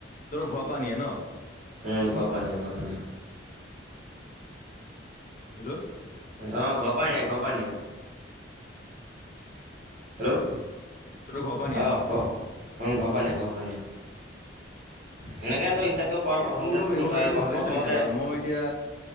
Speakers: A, on the left (about 45°); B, on the right (about 45°).
A: ঘৰৰ পৰা নিয়ে ন
B: উম ঘ পা আনি ঘৰ পা আনি
A: হেল্ল'
B: অ, ঘৰ পা নিয়ে ঘৰ পা নিয়ে। হেল্ল'
A: তহঁতৰ ঘৰৰ পৰা নিয়ে
B: অ,
A: ন
B: ক। উম, ঘৰ পানী ঘৰ পানী, সেনেকে তই ষ্টাৰ্ট কৰিব পাৰ
A: এ
B: প্ৰথমতে
A: তোৰতো
B: চাচোন
A: ব্যৱসায়টো
B: তই
A: ভালে
B: প্ৰথমতে
A: চলিছে বাৰু, মই এতিয়া